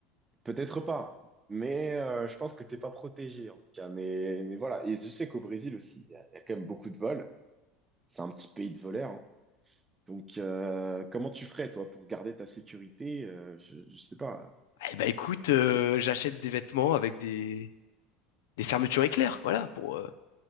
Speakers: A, on the right; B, on the left.
A: peut-être pas, mais euh, je pense que t'es pas protégé, en tout cas. Mais, mais voilà. Et je sais qu'au Brésil aussi, il y, a il y a quand même beaucoup de vols. C'est un petit pays de voleurs, hein. Donc, euh, comment tu ferais, toi, pour garder ta sécurité? euh, je, je sais pas.
B: Eh ben écoute, euh,
A: appliquer.
B: j'achète des vêtements avec des, des fermetures éclairs, voilà, pour euh,